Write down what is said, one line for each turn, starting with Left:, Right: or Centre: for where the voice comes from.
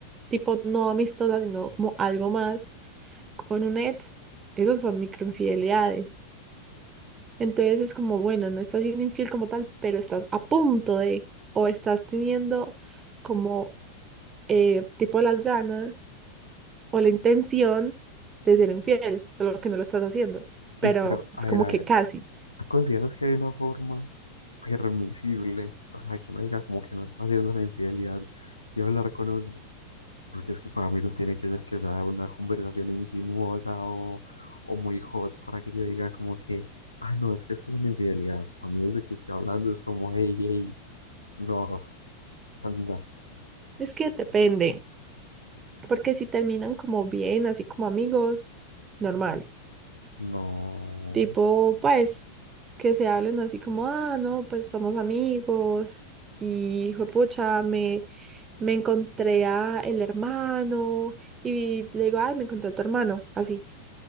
Right: tipo no amistosas, sino como algo más con un ex, esos son microinfidelidades. Entonces es como, bueno, no estás siendo infiel como tal, pero estás a punto de, o estás teniendo como eh, tipo las ganas o la intención de ser infiel, solo que no lo estás haciendo, pero
Left: Y pero, a
Right: es como
Left: ver, a
Right: que
Left: ver,
Right: casi.
Left: ¿tú consideras que hay una forma permisible? O sea, que uno diga como que no está haciendo una infidelidad de hablar con un ex. Porque es que para mí no tiene que ser que sea una conversación insinuosa o, o muy hot para que yo diga como que, ah, no, es que esto es una infidelidad. Para mí desde que estoy hablando es como, hey, hey, no, anda,
Right: Es que depende, porque si terminan como bien, así como amigos, normal.
Left: no.
Right: Tipo, pues, que se hablen así como, ah, no, pues somos amigos y pucha me, me encontré a el hermano y le digo, ay, me encontré a tu hermano, así.